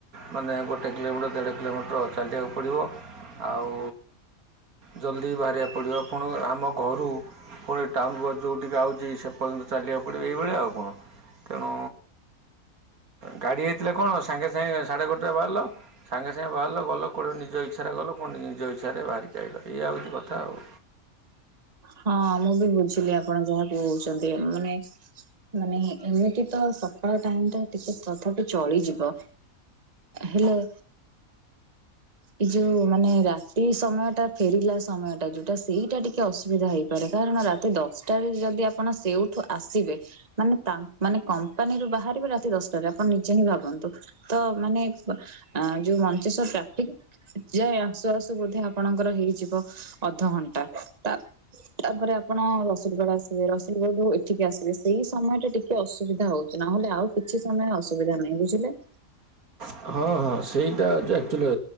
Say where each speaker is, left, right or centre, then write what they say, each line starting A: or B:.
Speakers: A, on the right; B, on the right.
A: ମାନେ ଗୋଟେ। କିଲୋମିଟର ଦେଢ଼ କିଲୋମିଟର ଚାଲିବାକୁ ପଡ଼ିବ ଆଉ। ଜଲ୍ଦି ବାହାରିବାକୁ ପଡ଼ିବ ପୁଣି ଆମ ଘରୁ ପୁଣି ଟାଉନ ବସ୍ ଯେଉଁଠିକି ଆଉଛି ସେପର୍ଯ୍ୟନ୍ତ। ଚାଲିବାକୁ ପଡ଼ିବ ଏଇଭଳିଆ ଆଉ କଣ ତେଣୁ ଗାଡ଼ି ହେଇ ସାଙ୍ଗେ ସାଙ୍ଗେ ସାଢେ ଗୋଟାଏ ବାହାରିଲା। ସାଙ୍ଗେ ସାଙ୍ଗେ ବାହାରିଲ ଗଲ କେଉଁଠି ନିଜ ଇଚ୍ଛାରେ ଗଲ ପୁଣି ନିଜ ଇଚ୍ଛାରେ ବାହାରିଇପାରେ ହେଉଛି କଥା ଆଉ।
B: ହଁ ମୁଁ ବି ବୁଝିଲି ଆପଣ ଯାହାକୁ କହୁଛନ୍ତି ମାନେ ମାନେ ଏମିତି ତ ସକାଳ ଟାଇମ ଟ ଟିକେ ତଥାପି ଚଳିଯିବ। ହାଲୋ। ଏଇ ଯୋଉ ମାନେ ରାତି ସମୟ ଟା ଫେରିଲା ସମୟ ଟା ଯୋଉଟା ସେଇଟା ଟିକେ ଅସୁବିଧା ହେଇ କାରଣ ରାତି ଦଶଟାରେ ଯଦି ଆପଣ ସେଇଉଠୁ ଆସିବେ। ମାନେ ମାନେ କମ୍ପାନୀରୁୁ ବାହାରିବେ ରାତି ଦଶଟାରେ ଆପଣ ନିଜେ ହିଁ ଭାବନ୍ତୁ। ତ ମାନେ ଯୋଉ ମଞ୍ଚେଶ୍ଵର ଟ୍ରାଫିକ। ଯାଇ ଆସୁ ଆସୁ ବୋଧେ ଆପଣଙ୍କର ହେଇଯିବ ଅଧଘଣ୍ଟା ତା। ତାପରେ ଆପଣ ରସୁଲଗଡ ଆସିବେ ରସୁଲଗଡ ଏଠିକି ଆସିବେ ସେଇ ସମୟ ଟା ଟି ଟିକେ ଅସୁବିଧା ହଉଛି ନହେଲେ ଆଉ କିଛି ସମୟ ଅସୁବିଧା ନାହିଁ ବୁଝିଲେ।
A: ହଁ ହଁ ସେଇଟା ହେଉଛି ଆକ୍ଚୁଆଲି।